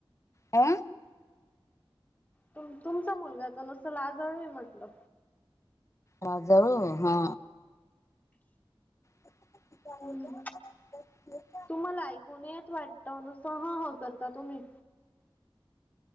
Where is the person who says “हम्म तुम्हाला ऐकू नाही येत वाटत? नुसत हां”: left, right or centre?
Left